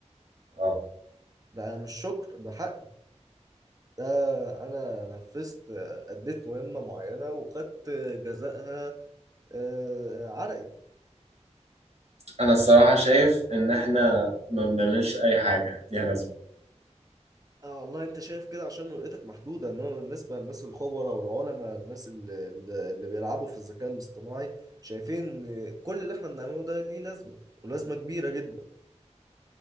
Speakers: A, on the right; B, on the right.
A: اه
B: ده مش شكر ده حقي ده انا نفذت آه، اديت مهمة معينة وخدت جزائها آه، عرقي
A: انا الصراحه شايف ان احنا ما بنعملش اي حاجه ليها لازمه
B: اه والله انت شايف كده عشان رؤيتك محدوده انما بالنسبه للناس الخبراء والعلماء الناس اللي, اللي بيلعبوا في الذكاء الاصطناعي شايفين إن كل اللي احنا بنعمله ده ليه لازمه ولازمه كبيره جدا